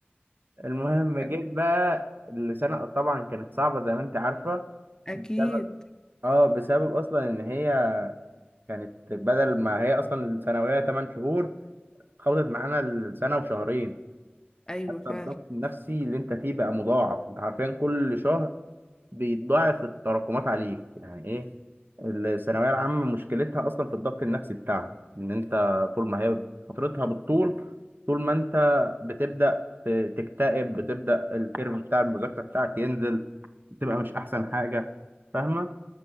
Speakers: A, on the right; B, on the left.
A: المهم جيت
B: تمام.
A: بقى السنه طبعا كانت صعبه زي ما انت عارفه
B: اكيد
A: بسبب اه بسبب اصلا ان هي كانت بدل ما هي اصلا الثانويه 8 شهور خبطت معانا السنه وشهرين
B: ايوه
A: حتى
B: فعلا
A: الضغط النفسي اللي انت فيه بقى مضاعف انت عارفين كل شهر بيتضاعف التراكمات عليك يعني ايه الثانويه العامه مشكلتها اصلا في الضغط النفسي بتاعها ان انت طول ما هي فترتها بالطول طول ما انت بتبدا ت- تكتئب بتبدا الكيرف بتاع المذاكره بتاعك ينزل بتبقى مش احسن حاجه فاهمه